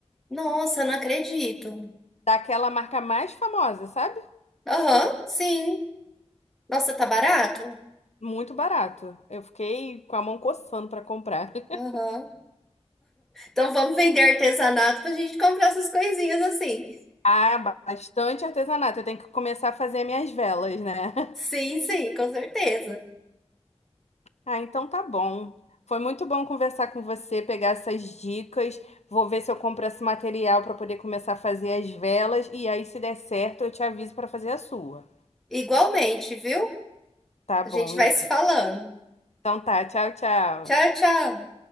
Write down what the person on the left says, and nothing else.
daquela marca mais famosa, sabe?
Muito barato. Eu fiquei com a mão coçando pra comprar. <laughs>
Ah, bastante artesanato. Eu tenho que começar a fazer minhas velas, né?
Ah, então tá bom. Foi muito bom conversar com você, pegar essas dicas. Vou ver se eu compro esse material para poder começar a fazer as velas. E aí, se der certo, eu te aviso para fazer a sua.
Tá
bom,
então tá. Tchau, tchau.